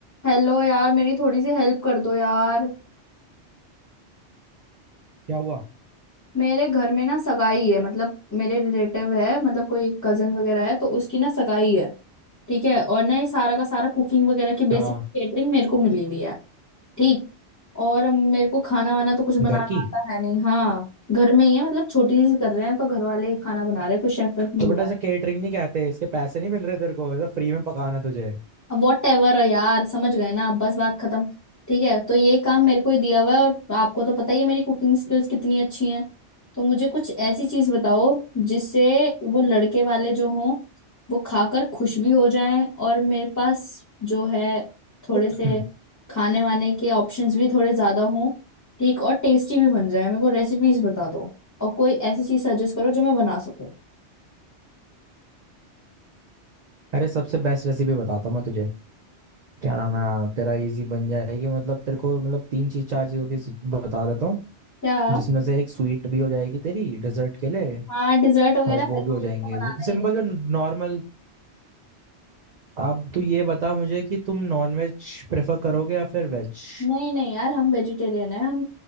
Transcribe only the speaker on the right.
क्या हुआ
हाँ
घर की
तो
बेटा ऐसा
केटरिंग नहीं कहते इसके पैसे नहीं मिल रहे तेरे को ये तो फ्री में पकाना तुझे <clears throat>
हम्म,
अरे सबसे बेस्ट रेसिपी बताता हूँ मैं तुझे क्या नाम है हाँ, तेरा इजी बन जाएगी मतलब तेरे को मतलब तीन चीज चार चीजों की बता देता हूँ
जिसमें से एक स्वीट भी हो जाएगी तेरी डेजर्ट के लिए
और वो
भी हो
जाएंगे
सिंपल
जो नॉर्मल अब तू ये बता मुझे कि तुम नॉन वेज प्रेफर करोगे या फिर वेज